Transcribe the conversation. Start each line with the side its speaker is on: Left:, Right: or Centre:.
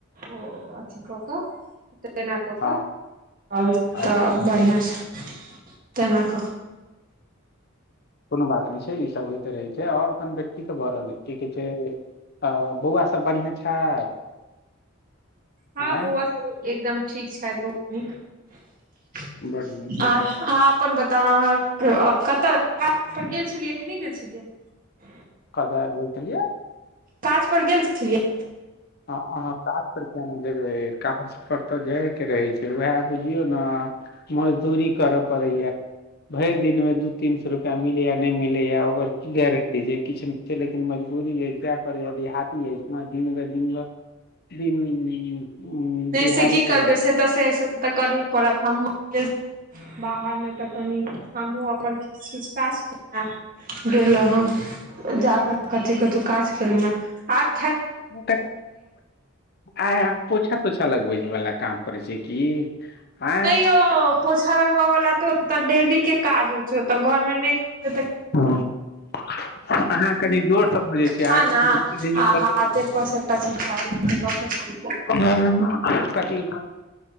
Right: ओ अथि क क तेना कऽ
Left: हँ
Right: कऽ और
Left: अच्छा
Right: तऽ बढ़िआँ से तना क
Left: कोनो बात नई छैइ ई सब होयते रहिए छैइ और कनी फेर की सब भए रहल की कहे छैय बौआ सब बढ़िआँ छथि
Right: हां
Left: आँय
Right: बौआ सब एकदम ठीक छथि बहुत नीक
Left: बड्ड नीक
Right: आ आहां अपन बात तब अहाँ कतऽ गेल छलियै कि नहि गेल छलियै <unintelligible>
Left: कतअ् गेल छलिअइ
Right: काज पर गेल छलियै
Left: हँअ् हँअ् काज पर किया नई जेबै काजपर तऽ जायके रहैइ छैइ उएह बुझियौ न मजदूरी करय पड़ैया भैर दिन मे दू तीन स रुपआ मिलै या नहि मिलै या ओकर की गारंटी छै किछु नहि छै लेकिन मजबूरी ह जाय पर देहाती इ दिन भैर दिन भैर दिन
Right: नहि
Left: दिहाड़ीपर
Right: से की करबै से तऽ से तऽ करे पड़त हमहूँ बाहरमे तऽ कनि हमहूँ अपन किछ किछ काज छला गेल रहौँ जा क कथी कथू काज कैलौ ह
Left: क आ पोछ त छै <unintelligible> अच्छा लगबै वला काम करै छै की आ
Right: नै यौ पोछा लगबयवला तऽ ओतऽ डेली के काज होइ छै ओतऽ घरमे नहि करबै त
Left: हँ अहाँ कनि जोरसँ बजैत छीयै
Right: खाना
Left: अहाँ कनि धीरे धीरे
Right: आ
Left: बजयौ
Right: हाथे पर सबटा चीज चाही
Left: न कठि